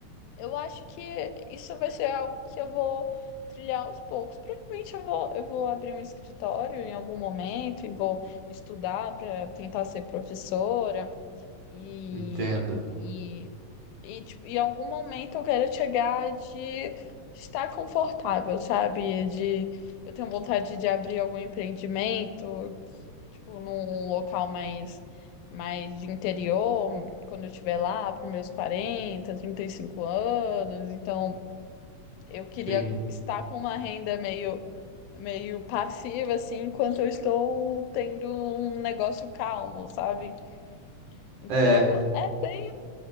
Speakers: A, on the left (about 85°); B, on the right (about 60°).
A: Eu acho que isso vai ser algo que eu vou trilhar aos poucos. Provavelmente eu vou, eu vou abrir um escritório em algum momento e vou estudar para tentar ser professora e,
B: entendo.
A: e, e tipo, em algum momento eu quero chegar de estar confortável, sabe? De eu tenho vontade de abrir algum empreendimento, tipo, num local mais, mais de interior, quando eu estiver lá para meus quarenta trinta e cinco anos. Então, eu queria
B: Sim.
A: estar com uma renda meio, meio passiva, assim, enquanto eu estou tendo um negócio calmo, sabe? Então,
B: É,
A: é bem,